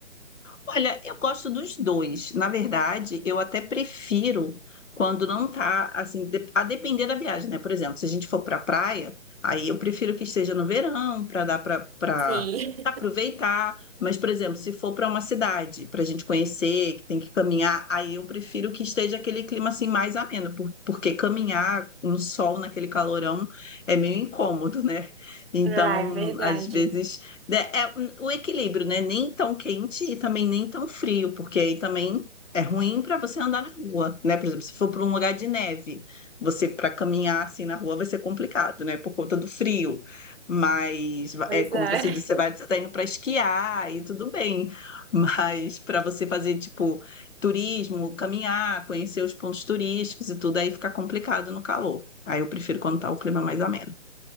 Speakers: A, on the left (about 80°); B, on the right (about 50°).
A: Olha, eu gosto dos dois. Na verdade, eu até prefiro quando não tá assim, de- a depender da viagem, né? Por exemplo, se a gente for para praia, aí eu prefiro que esteja no verão para dar para para
B: Sim.
A: aproveitar.
B: <laughs>
A: Mas, por exemplo, se for para uma cidade para a gente conhecer, que tem que caminhar, aí eu prefiro que esteja aquele clima assim mais ameno, por- porque caminhar no sol naquele calorão é meio incômodo, né? Então,
B: Ah, é verdade.
A: às vezes né, É um, o equilíbrio, né? Nem tão quente e também nem tão frio, porque aí também é ruim para você andar na rua, né? Por exemplo, se for para um lugar de neve, você para caminhar assim na rua vai ser complicado, né? Por conta do frio. Mas
B: Pois
A: é como
B: é.
A: você disse, você vai você tá indo para esquiar e tudo bem. <laughs> Mas para você fazer tipo turismo, caminhar, conhecer os pontos turísticos e tudo, aí fica complicado no calor. Aí eu prefiro quando tá o clima mais ameno.